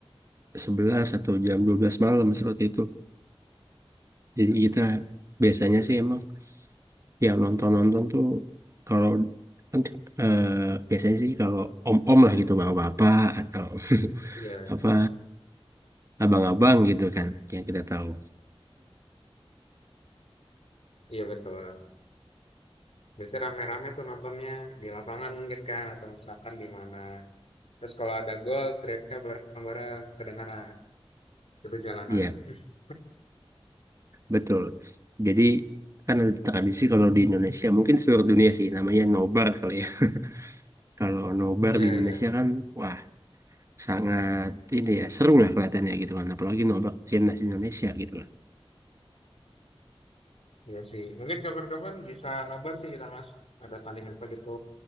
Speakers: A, on the right; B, on the left.
A: sebelas atau jam 12 malam seperti itu. Jadi kita biasanya
B: Iya sih
A: sih
B: benar.
A: emang yang nonton-nonton tuh kalau kan eh, biasanya sih kalau om-om lah gitu, bapak-bapak atau
B: Iya,
A: <laughs> apa abang-abang gitu kan yang kita tahu.
B: iya betul. Biasanya rame-rame tuh nontonnya di lapangan mungkin kan atau misalkan di mana. Terus kalau ada gol teriaknya bareng-bareng kedengaran. Itu jalanan.
A: Iya,
B: <laughs>
A: Betul. Jadi kan ada tradisi kalau di Indonesia, mungkin seluruh dunia sih namanya nobar kali ya. <laughs> Kalau nobar
B: Iya,
A: di Indonesia
B: iya benar.
A: kan wah sangat ini ya seru lah kelihatannya gitu kan. Apalagi nobar timnas Indonesia gitu lah.
B: Iya sih. Mungkin kapan-kapan bisa nobar sih kita, Mas. Ada tanding apa gitu.